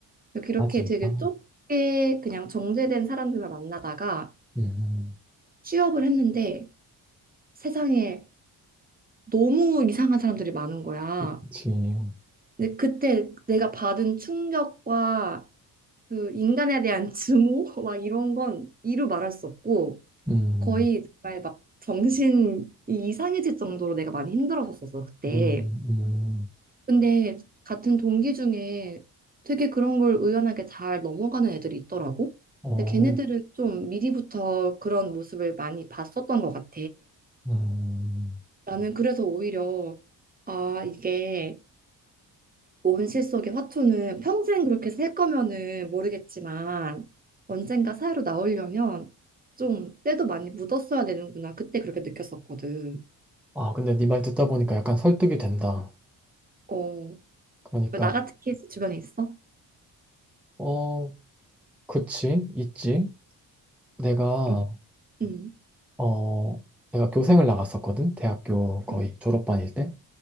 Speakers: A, on the right; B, in the centre.
A: 그러니까 그렇게
B: 아, 진짜.
A: 되게 좁게 그냥 정제된 사람들만 만나다가
B: 음,
A: 취업을 했는데 세상에 너무 이상한 사람들이 많은 거야.
B: 그치. 음,
A: 근데 그때 내가 받은 충격과 그 인간에 대한 증오 <laughs> 막 이런 건 이루 말할 수 없고
B: 음,
A: 거의 정말 막 정신이 이상해질 정도로 내가 많이 힘들었었어 그때.
B: 음,
A: 근데 같은 동기 중에 되게 그런 걸 의연하게 잘 넘어가는 애들이 있더라고.
B: 어,
A: 근데 걔네들은 좀 미리부터 그런 모습을 많이 봤었던 것 같아.
B: 음.
A: 나는 그래서 오히려 아 이게 온실 속의 화초는 평생 그렇게 살 거면은 모르겠지만 언젠가 사회로 나오려면 좀 때도 많이 묻었어야 되는구나. 그때 그렇게 느꼈었거든.
B: 아, 근데 네 말 듣다 보니까 약간 설득이 된다.
A: 어,
B: 그러니까,
A: 나 같은 케이스 주변에 있어?
B: 어, 그치, 있지. 내가,
A: 응, 응,
B: 어, 내가 교생을 나갔었거든. 대학교 거의
A: 응,
B: 졸업반일 때.